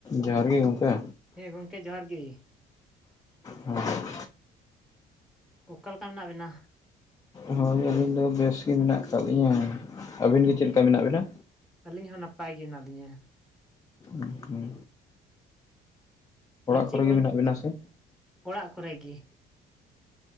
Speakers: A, on the left (about 20°); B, in the centre.
A: ᱡᱚᱦᱟᱨ ᱜᱮ ᱜᱚᱝᱠᱮ᱾
B: ᱦᱮᱸ ᱜᱚᱢᱠᱮ ᱡᱚᱦᱟᱨ ᱜᱤ᱾
A: ᱦᱮᱸ᱾
B: ᱚᱠᱟ ᱞᱮᱠᱟ ᱢᱮᱱᱟᱜ ᱵᱤᱱᱟ?
A: ᱦᱳᱭ ᱟᱹᱞᱤᱧ ᱫᱚ ᱵᱮᱥ ᱜᱮ ᱢᱮᱱᱟᱜ ᱠᱟᱜ, ᱞᱤᱧᱟᱹ ᱟᱹᱵᱤᱱ ᱜᱮ ᱪᱮᱫ ᱞᱮᱠᱟ ᱢᱮᱱᱟᱜ ᱵᱤᱱᱟ?
B: ᱟᱹᱞᱤᱧ ᱦᱚᱸ ᱱᱟᱯᱟᱭ ᱜᱮ ᱦᱮᱱᱟᱜ ᱞᱤᱧᱟᱹ᱾
A: ᱦᱩᱸᱜ ᱦᱩᱸ᱾
B: ᱟᱨ ᱪᱮᱫ
A: ᱠᱚᱨᱮ
B: ᱠᱚᱵᱮᱱ?
A: ᱜᱮ ᱢᱮᱱᱟᱜ ᱵᱤᱱᱟ ᱥᱮ
B: ᱚᱲᱟᱜ ᱠᱚᱨᱮ ᱜᱮ᱾